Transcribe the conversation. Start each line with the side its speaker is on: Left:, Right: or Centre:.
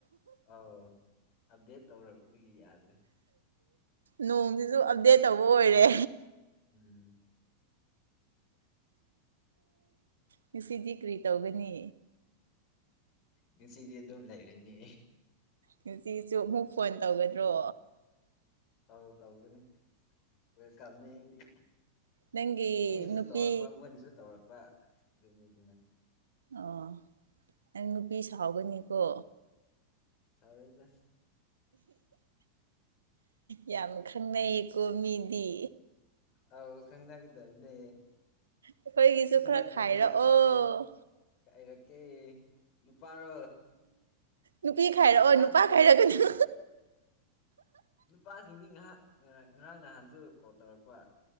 Left: ꯑꯥꯎ ꯑꯞꯗꯦꯠ ꯇꯧꯔꯛꯄꯗꯒꯤ ꯌꯥꯗ꯭ꯔꯦ
Right: ꯅꯣꯡꯁꯤꯁꯨ ꯑꯞꯗꯦꯠ ꯇꯧꯕ ꯑꯣꯏꯔꯦ
Left: ꯎꯝ
Right: ꯉꯁꯤꯗꯤ ꯀꯔꯤ ꯇꯧꯒꯅꯤ
Left: ꯉꯁꯤꯗꯤ ꯑꯗꯨꯝ ꯂꯩꯔꯣꯏꯅꯦ
Right: ꯉꯁꯤꯁꯨ ꯑꯃꯨꯛ ꯐꯣꯟ ꯇꯧꯒꯗ꯭ꯔꯣ
Left: ꯑ ꯇꯧꯒꯅꯤ ꯍꯣꯏ ꯀꯅꯤ ꯑꯩꯗꯤ
Right: ꯅꯪꯒꯤ
Left: ꯑꯩꯅꯁꯨ
Right: ꯅꯨꯄꯤ
Left: ꯇꯧꯔꯛꯄ ꯃꯣꯏꯅꯁꯨ ꯇꯧꯔꯛꯄ ꯑꯗꯨꯅꯤ ꯑꯗꯨꯅ
Right: ꯑꯣ ꯅꯪ ꯅꯨꯄꯤ ꯁꯥꯎꯒꯅꯤꯀꯣ
Left: ꯆꯥꯎꯥꯎꯔꯗ
Right: ꯌꯥꯝ ꯈꯪꯅꯩꯌꯦꯀꯣ ꯃꯤꯗꯤ
Left: ꯑꯥꯎ ꯈꯪꯅꯒꯗꯕꯅꯦ
Right: ꯑꯩꯈꯣꯏꯒꯤꯁꯨ
Left: ꯈꯪꯅꯗ꯭ꯔꯗꯤ
Right: ꯈꯔ ꯈꯥꯏꯔꯛꯑꯣ
Left: ꯌꯥꯗ꯭ꯔꯦ ꯀꯔ ꯀ ꯅꯨꯄꯥꯔꯣ
Right: ꯅꯨꯄꯤ ꯈꯥꯏꯔꯛꯑꯣ
Left: ꯅꯨꯄꯥ
Right: ꯈꯥꯏꯔꯛꯀꯅꯨ
Left: ꯅꯨꯄꯥ ꯆꯤꯡꯗꯤ ꯉꯥꯏꯍꯥꯛ ꯉꯔꯥꯡ ꯉꯔꯥꯡ ꯅꯍꯥꯟꯁꯨ ꯀꯣꯜ ꯇꯧꯔꯛꯄ